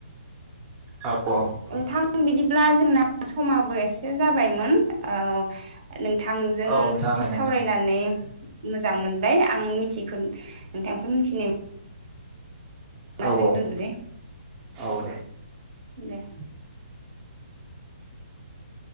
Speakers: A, on the right; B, on the right.
A: औ औ
B: नोंथां बिदिब्ला जोंना समाबो एसे जाबायमोन औ नोंथां जों
A: औ जागाय
B: एसे सावरायनानै
A: नोंथां
B: मोजां मोनबाय आं मिथियिखो नोंथांनिफ्राय मिथिनाय बिदिब्ला
A: औ
B: जों
A: औ
B: दोन्थ'नोसै
A: जागोन
B: दे